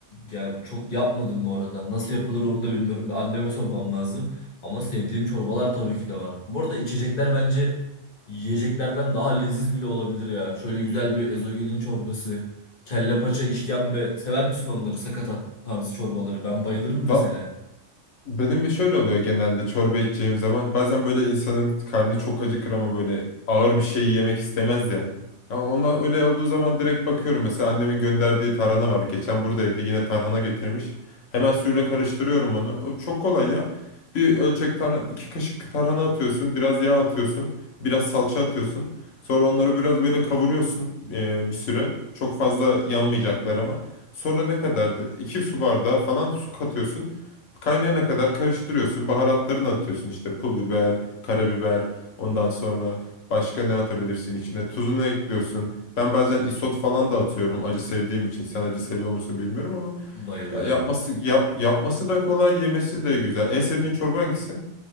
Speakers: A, on the left; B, on the left.
A: ya çok yapmadım bu arada. Nasıl yapılır onu da bilmiyorum. Bir anneme sormam lazım. Ama sevdiğim çorbalar tabii ki de var. Bu arada içecekler bence yiyeceklerden daha leziz bile olabilir ya. Şöyle güzel bir ezogelin çorbası, kelle paça, işkembe. Sever misin onları? Sakatat tarzı çorbaları. Ben bayılırım
B: Va-
A: mesela.
B: Benim bir şöyle oluyor genelde çorba içeceğim zaman. Bazen böyle insanın karnı çok acıkır ama böyle ağır bir şey yemek istemez ya. Ama onlar öyle olduğu zaman direkt bakıyorum. Mesela annemin gönderdiği tarhana var. Geçen buradaydı yine tarhana getirmiş. Hemen suyla karıştırıyorum onu. O Çok kolay ya. Bir ölçek tarhana, iki kaşık tarhana atıyorsun. Biraz yağ atıyorsun. Biraz salça atıyorsun. Sonra onları biraz böyle kavuruyorsun eee, bir süre. Çok fazla yanmayacaklar ama. Sonra ne kadardı? İki su bardağı falan su katıyorsun. Kaynayana kadar karıştırıyorsun. Baharatlarını atıyorsun işte pul biber, karabiber. Ondan sonra başka ne atabilirsin içine? Tuzunu ekliyorsun. Ben bazen isot falan da atıyorum acı sevdiğim için. Sen acı seviyor musun bilmiyorum ama
A: Bayılırım.
B: ya yapması yap, yapması da kolay, yemesi de güzel. En sevdiğin çorba hangisi?